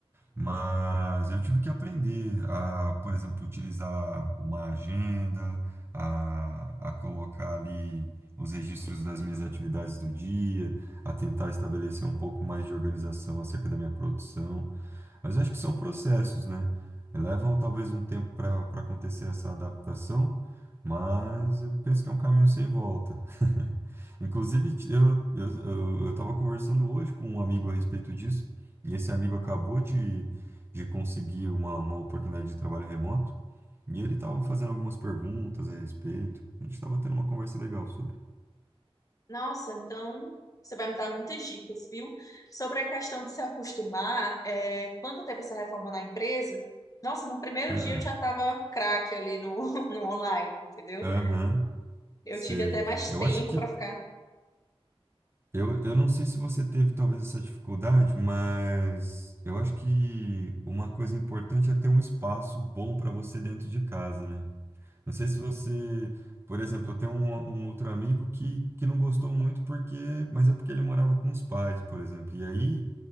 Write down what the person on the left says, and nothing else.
Nossa, então você vai me dar muitas dicas, viu? Sobre a questão de se acostumar, é, quando teve essa reforma na empresa, nossa, no primeiro
dia eu já estava craque ali no, <laughs> no online, entendeu?
Eu
tive até mais
tempo
para ficar.